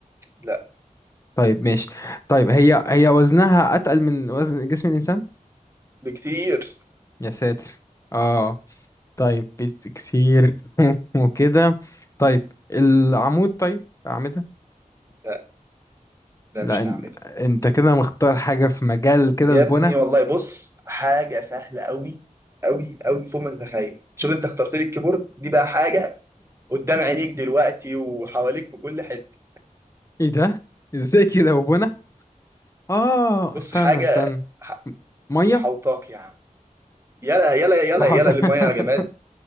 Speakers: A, on the right; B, on the left.
A: لا
B: طيب ماشي طيب هي هي وزنها اتقل من وزن جسم الانسان
A: بكتير
B: يا ساتر اه طيب بت- كتير <laughs> وكده طيب العمود طيب اعمده
A: لا لا
B: لا
A: مش هنعملها
B: إن- انت كده مختار حاجة في مجال كده
A: يا
B: البنى
A: ابني والله بص حاجة سهلة أوي أوي أوي فوق ما تتخيل شوف أنت اخترت لي الكيبورد دي بقى حاجة قدام عينيك دلوقتي وحواليك في كل حتة
B: ايه ده ازاي كده وبنا اه
A: بص
B: استنى
A: حاجة
B: استنى
A: ح-
B: ميه
A: محوطاك يا عم يلا يلا يلا
B: وحوت
A: يلا
B: <laughs>
A: للمية يا جماد